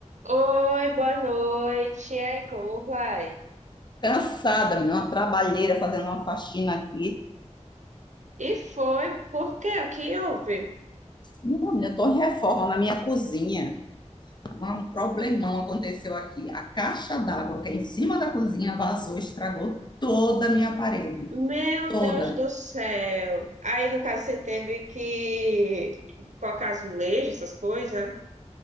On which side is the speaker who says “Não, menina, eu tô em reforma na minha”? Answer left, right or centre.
Left